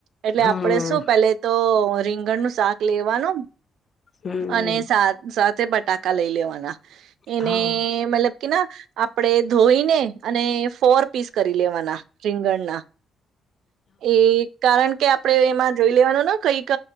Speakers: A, on the right; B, on the left.
A: એટલે
B: હા
A: આપડે શું પેલે તો રિંગ નનું શાક લેવાનું.
B: હમ
A: અને સાત સાત તે બટાકા લઈ લેવાના. એને
B: હા
A: મતલબ. ના આપણેે ધોઈને અને ફોર પીસ કરી લેવાના રીંગણના. એ કારણ કે આપણેે એમાં જોઈ લેવાનું ને કઈક